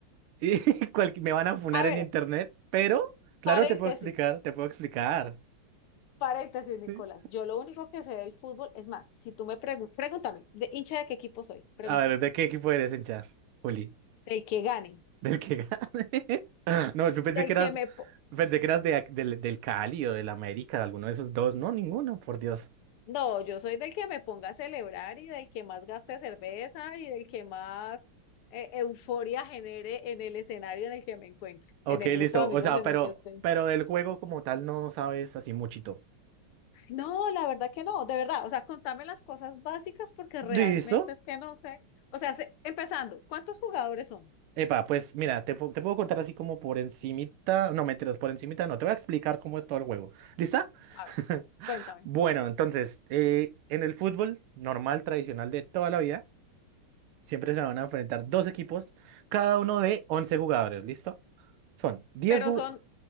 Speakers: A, on the right (about 80°); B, on the left (about 85°).
A: Y <laughs> cual- me van a funar
B: A ver,
A: en internet, pero claro,
B: paréntesis,
A: te puedo explicar, te puedo explicar.
B: paréntesis, Nicolás.
A: Sí.
B: Yo lo único que sé del fútbol, es más, si tú me preguntas, pregúntame, ¿de hincha de qué equipo soy? Pregúntame.
A: A ver, ¿de qué equipo eres, hincha? Juli,
B: Del que gane,
A: del que gane. <laughs> No, yo pensé
B: del
A: que eras,
B: que me... po-
A: pensé que eras de ac- del, del Cali o del América, de alguno de esos dos. No, ninguno, por Dios.
B: No, yo soy del que me ponga a celebrar y del que más gaste cerveza y del que más eh, euforia genere en el escenario en el que me encuentro,
A: Ok,
B: en el grupo
A: listo.
B: de amigos
A: O sea,
B: en
A: pero,
B: el que estoy.
A: pero del juego como tal no sabes así muchito.
B: No, la verdad que no, de verdad. O sea, contame las cosas básicas porque
A: ¿Listo?
B: realmente es que no sé. O sea, se- empezando, ¿cuántos jugadores son?
A: Epa, pues mira, te, pu- te puedo contar así como por encimita. No, mentiras, por encimita no. Te voy a explicar cómo es todo el juego. ¿Lista?
B: A
A: <laughs>
B: ver, cuéntame.
A: Bueno, entonces, eh, en el fútbol normal, tradicional de toda la vida, siempre se van a enfrentar dos equipos, cada uno de 11 jugadores, ¿listo? Son 10.
B: Pero
A: jugadores,
B: son,